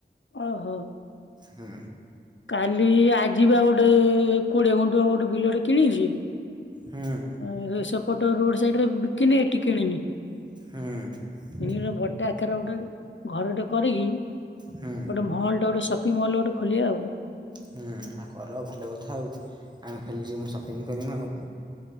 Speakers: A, on the left (about 85°); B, on the right (about 20°).
A: ଓହୋ।
B: ହୁଁ।
A: କାଲି ଆଜିିପା ଗୋଟେ କୋଡିଏ ଘୁଣ୍ଠୁ ହବ ଗୋଟେ ବିଲଟେ କିଣିଚି।
B: ହୁଁ।
A: ଆ ରେ ସେପଟ ରୋଡ ସାଇଟ୍ ରେ ବିକିନି ଏଠି କିଣିନି।
B: ହୁଁ।
A: କିଣିକିନା ବଡ ଆକାର ଗୋଟେ ଘରଟେ କରିକି
B: ହୁଁ
A: ଗୋଟେ ମହଲ ଟେ ଗୋଟେ ସପିଙ୍ଗି ମହଲ ଗୋଟେ ଖୋଲିବା ଆଉ।
B: ହୁଁ ଆଉ କର ଭଲ କଥା ଆଉ ଆମେ ଖାଲିଯିମୁ ସପିଙ୍ଗି କରିମୁ ଆଉ।